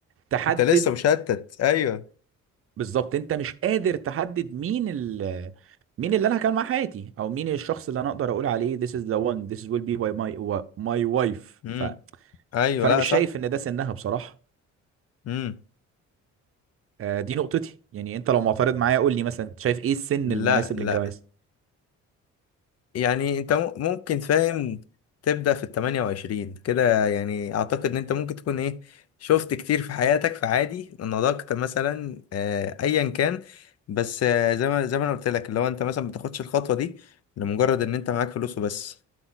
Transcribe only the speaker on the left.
انت لسه مشتت ايوه
امم
ايوه
لا
صح
امم
لا
لا
يعني انت مم- ممكن فاهم تبدأ في التمانية وعشرين كده يعني اعتقد ان انت ممكن تكون ايه شفت كتير في حياتك فعادي نضجت مثلا آه، ايا كان بس آه، زي ما زي ما انا قلت لك اللي هو انت مثلا ما بتاخدش الخطوة دي لمجرد ان انت معاك فلوس وبس